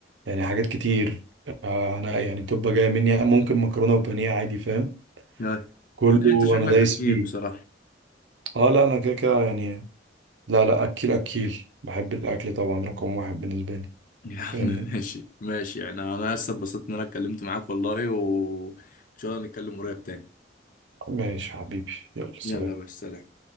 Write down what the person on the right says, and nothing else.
يعني حاجات كتير آه، انا يعني بتبقى جايه مني ممكن مكرونه وبانيه عادي فاهم
كله
انا دايس
فيه
اه لا انا كده كده يعني لا لا اكيل اكيل بحب الاكل طبعا رقم واحد بالنسبه لي
فاهمني
ماشي حبيبي يلا سلام